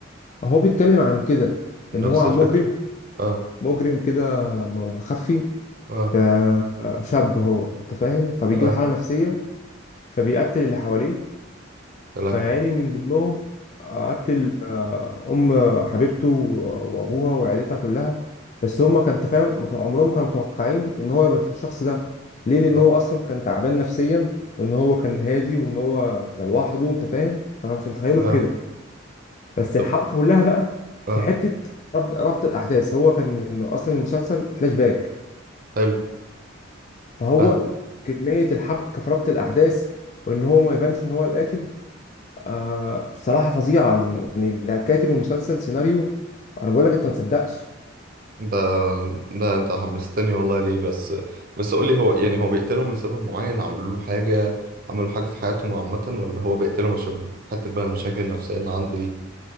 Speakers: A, on the left (about 40°); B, on the right (about 50°).
A: هو بيتكلم عن كده
B: نفس
A: إن هو عن
B: الفكرة
A: مجرم
B: اه
A: مجرم كده مخفي
B: اه
A: فشاب هو انت فاهم فبيجيله
B: اه
A: حالة نفسية فبيقتل اللي حواليه
B: يا لهوي
A: فيعني من ضمنهم قتل ام حبيبته وابوها وعيلتها كلها بس هما كان انت فاهم مت- عمرهم ما كانوا متوقعين ان هو يبقى الشخص ده ليه لان
B: اه
A: هو اصلا كان تعبان نفسيا وان هو كان هادي وان هو كان لوحده انت فاهم فما كانش متخيله
B: اه
A: في كده بس
B: طب
A: الحبكة كلها بقى
B: اه
A: في حتة ربط ربط الاحداث هو كان إنه اصلا المسلسل فلاش باك
B: حلو
A: فهو
B: فاهم
A: كمية الحبكة في ربط الأحداث وإن هو ما يبانش إن هو القاتل آه بصراحة فظيعة يعني يعني اللي كاتب المسلسل سيناريو أنا بقول لك أنت ما تصدقش
B: ده ده انت حمستني والله ليه بس بس قول لي هو يعني هو بيقتلهم لسبب معين عملوا له حاجة عملوا حاجة في حياتهم عامة ولا هو بيقتلهم عشان حتة بقى المشاكل النفسية اللي عنده دي